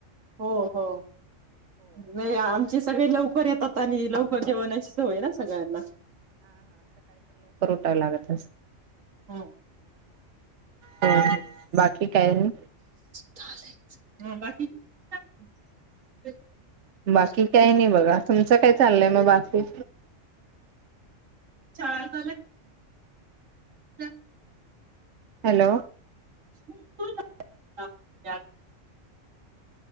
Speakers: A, on the right; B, on the right.
A: हो हो होय आमचे सगळे लवकर येतात तनी लव <unintelligible> जेवानाची सवय ना सगळ्यांना
B: उठाव लागत असेल
A: ह
B: <inaudible> हां बाकी काय? आणि
A: <unintelligible> बाकी काय नाही
B: बाकी काय? नाही बघा तुमचं काय चाललंय? मग बाकी
A: चार झालेत <unintelligible>
B: हॅलो
A: <inaudible>